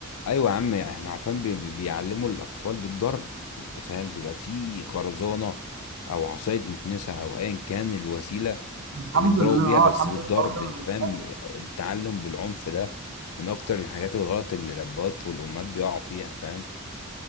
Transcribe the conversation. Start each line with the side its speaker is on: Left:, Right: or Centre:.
Left: ايوه يا عم احنا عارفين بي... بي- بيعلموا الاطفال بالضرب انت فاهم بيبقى فيه خرزانه او عصايه مكنسه او ايا كان الوسيله
Right: الحمد
Left: اللي بيضربوا
Right: لله
Left: بيها
Right: اه
Left: بس
Right: الحمد
Left: بالضرب
Right: لله الحوار ده ما
Left: انت
Right: بيقلش
Left: فاهم التعلم بالعنف ده من اكتر الحاجات الغلط اللي الابهات والامهات بيقعوا فيها فاهم